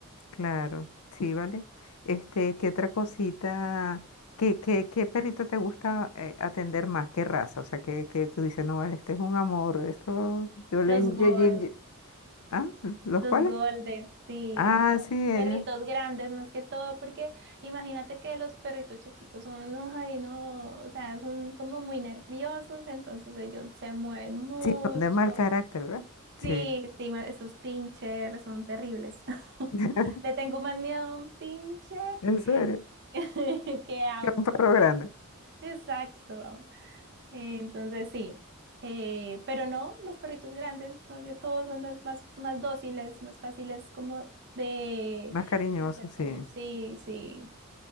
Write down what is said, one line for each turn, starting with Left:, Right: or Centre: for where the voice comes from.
Left: claro, sí, vale. Este, ¿qué otra cosita? ¿Qué, qué, qué perrito te gusta eh, atender más? ¿Qué raza? O sea, que, que tú dices, no, vale, este es un amor, esto yo le...
Right: Los
Left: yo-
Right: golpes.
Left: yo- yo-". ¿Ah? ¿Los
Right: Los
Left: cuales?
Right: golden, sí,
Left: Ah,
Right: o
Left: sí, ellos.
Right: perritos grandes más que todo, porque imagínate que los perritos chiquitos son, no, ay, no, o sea, son como muy nerviosos, entonces ellos se mueven mucho.
Left: Sí, son de mal carácter, ¿verdad? Sí,
Right: Sí, sí, ma- esos pincher son terribles. <laughs>
Left: <laughs>
Right: Le tengo más miedo a un pincher
Left: en serio,
Right: <laughs> que a
Left: perro
Right: un...
Left: grande,
Right: Exacto. Eh, entonces sí, Eh, pero no, los perritos grandes, porque todos son los más, más dóciles, más fáciles como de
Left: más cariñoso,
Right: de hacer
Left: sí.
Right: todo. Sí, sí.